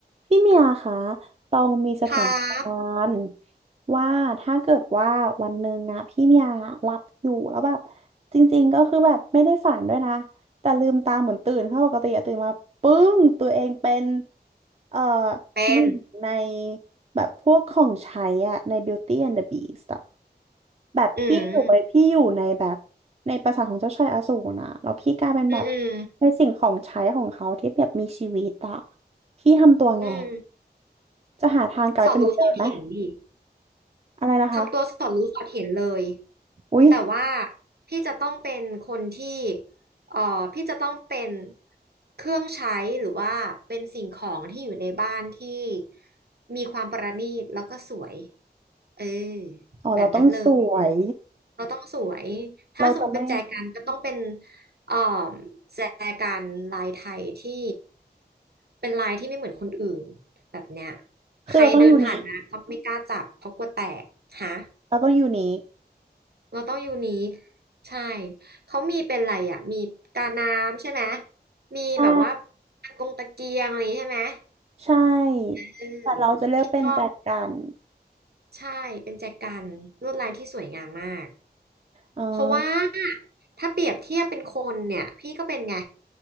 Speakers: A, on the right; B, on the right.
A: พี่เมียคะตองมีสถานกา
B: ครับ
A: รณ์ว่าถ้าเกิดว่าวันหนึ่งอะพี่เมียหลับอยู่แล้วแบบจริงๆก็คือแบบไม่ได้ฝันด้วยนะแต่ลืมตาเหมือนตื่นค่ะปกติอะตื่นมาปึ้งตัวเองเป็นเอ่อ
B: เป็น
A: หนึ่งในแบบพวกของใช้อะใน Beauty and the Beast อะแบบพี่อยู่ไปพี่อยู่ในแบบในปราสาทของเจ้าชายอสูรนะแล้วพี่กลายเป็นแบบ
B: อืมอืมอืม
A: ในสิ่งของใช้ของเขาที่แบบมีชีวิตอะพี่ทำตัวไง
B: อืม
A: จะหาทางกลายเป็นเหมือนเดิมไหม
B: สอดรู้สอดเห็นดิ
A: อะไรนะคะ
B: ทำตัวสอดรู้สอดเห็นเลย
A: อุ๊ย
B: แต่ว่าพี่จะต้องเป็นคนที่เอ่อพี่จะต้องเป็นเครื่องใช้หรือว่าเป็นสิ่งของที่อยู่ในบ้านที่มีความประณีตแล้วก็สวยเออ
A: อ๋อเราต้องสวย
B: แบบนั้นเลย เราต้องสวยถ้าสมมติเป็นแจกันก็ต้องเป็น
A: เราจะไม่
B: เอ่อแจกันลายไทยที่เป็นลายที่ไม่เหมือนคนอื่นแบบเนี้ย
A: คือเราต้องยูนิค
B: ใครเดินผ่านมาก็ไม่กล้าจับเพราะกลัวแตกฮะ
A: เราต้องยูนิค
B: เราต้องยูนิคใช่เขามีเป็นอะไรอ่ะมีกาน้ำใช่ไหม มีแบบว่า
A: ใช่
B: ตะกงตะเกียงอะไรอย่างงี้ใช่ไหม
A: ใช่แต่เราจะเลือกเป็นแจกัน
B: เออพี่ก็ใช่เป็นแจกันลวดลายที่สวยงามมาก
A: อ่า
B: เพราะว่าถ้าเปรียบเทียบเป็นคนเนี่ยพี่ก็เป็นไง